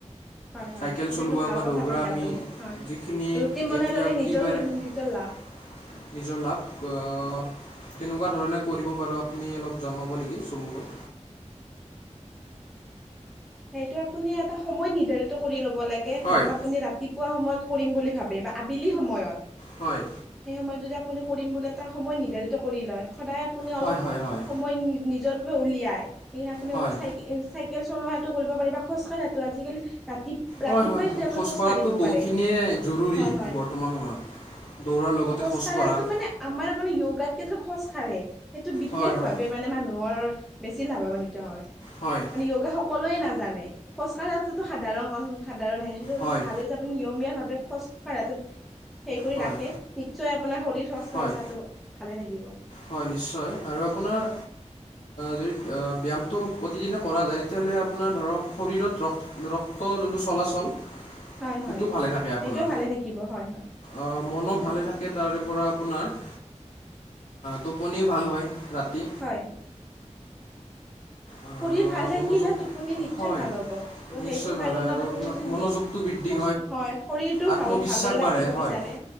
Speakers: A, in the centre; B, on the left (about 80°).
A: হয় হয়
B: চাইকেল
A: এইটো
B: চলোৱা
A: একদম ভাল
B: বা
A: কথা
B: দৌৰা
A: কৈছে
B: আমি,
A: আপুনি হয়
B: যিখিনি
A: ৰুটিন
B: কেতিয়া
A: বনাই ললে নিজৰ
B: কি বাৰে
A: নিজৰ লাভ
B: <inaudible>
A: হয়
B: নিজৰ লাভ, আ, কেনেকুৱা ধৰণে কৰিব বাৰু আপুনি অলপ জনাব নেকি চমুকৈ
A: সেইটো আপুনি এটা সময় নিৰ্ধাৰিত কৰি লব লাগে,
B: হয়
A: ধৰক আপুনি ৰাতি ৰাতিপুৱা সময়ত কৰিম বুলি ভাবে বা আবেলি সময়ত
B: হয়।
A: সেই সময়ত যদি আপুনি কৰিম বুলি এটা সময় নিৰ্ধাৰিত কৰি লয়, সদায় আপুনি
B: হয়
A: অলপ
B: হয় হয়
A: সময় নিজৰ বাবে উলিয়াই, সেইকাৰণে আপুনি
B: হয়
A: অলপ
B: হয়
A: চাইক চাইকেল চলোৱাত কৰিব পাৰি বা খোজকাঢ়াটো আজিকালি ৰাতি ৰাতিপুৱাই
B: হয়, হয়।
A: যদি আপুনি
B: খোজকঢ়াটো
A: খোজ কাঢ়িব
B: বহুখিনিয়ে
A: পাৰে
B: জৰুৰী
A: হয় হয়
B: বৰ্তমান সময়ত দৌৰাৰ লগতে
A: খোজ
B: খোজকঢ়া
A: কঢ়াটো মানে আমাৰ মানে ইয়োগাতকে যে খোজ কাঢ়ে। সেইটো বিশেষভাৱে
B: হয় হয়
A: মানে মানুহৰ বেছি লাভান্বিত হয়।
B: হয়
A: মানে ইয়োগা সকলোৱে নাজানে খোজ কঢ়াটো সাধাৰণ কথা, সাধাৰণ আহে,
B: হয়
A: ভাবে যে নিয়মীয়া ভাৱে খোজকঢ়াতো হেই কৰি
B: হয়
A: ৰাখে নিশ্চয় আপোনাৰ শৰীৰ চৰ্চাটো
B: হয়
A: ভালে থাকিব।
B: হয় নিশ্চয় আৰু আপোনাৰ যদি ব্যায়ামটো প্ৰতিদিনে কৰা যায় তেতিয়াহ'লে আপোনাৰ ধৰক শৰীৰত ৰক্ত ৰক্ত যোনটো চলাচল
A: হয়
B: সেইটো
A: হয়
B: ভালে থাকে আপোনাৰ
A: সেইটোও ভালে থাকিব হয় হয়
B: অ মনো
A: আপুনি
B: ভালে
A: ঠিক
B: থাকে
A: কথা
B: তাৰে
A: কৈছে
B: পৰা আপোনাৰ টোপনিও ভাল হয় ৰাতি
A: হয়
B: আহ,
A: শৰীৰ ভাল থাকিলে
B: মনোযোগ
A: টোপনি নিশ্চয়
B: হয়
A: ভাল হব ত' সেইটো
B: নিশ্চয় ভাল
A: কাৰণত
B: হয় আৰু
A: আপুনি
B: আপোনাৰ
A: যদি
B: মনোযোগটো
A: সুস্থ
B: বৃদ্ধি
A: হয় শৰীৰটো
B: আত্মবিশ্বাস
A: ভাল ভালদৰে
B: বাঢ়ে
A: ৰাখিব
B: হয়
A: বিচাৰে।